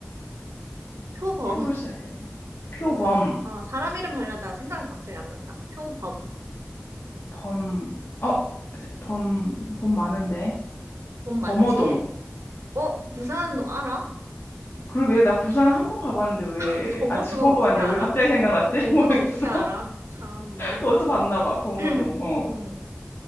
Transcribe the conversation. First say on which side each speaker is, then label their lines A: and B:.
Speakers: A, on the right (about 85°); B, on the left (about 55°).
A: 표범.
B: 표로 시작해야 돼. 표범,
A: 어, 사, 어, 사람 이름 하려다 생각이 갑자기 안 난다. 표범.
B: 범, 어, 범, 범 많은데.
A: 범
B: 범어동.
A: 많지. 어, 부산 너 알아?
B: 그러게, 나 부산 한 번 가봤는데 왜,
A: <laughs> 범어는
B: 아, 두 번
A: 어떻게
B: 가봤는데
A: 알아?
B: 왜 갑자기 생각났지?
A: 어,
B: <laughs>
A: 범어는
B: 모르겠어.
A: 어떻게 알아? 참 나.
B: 어디서 봤나 봐, 범어동.
A: <clears throat>
B: 어.
A: 동,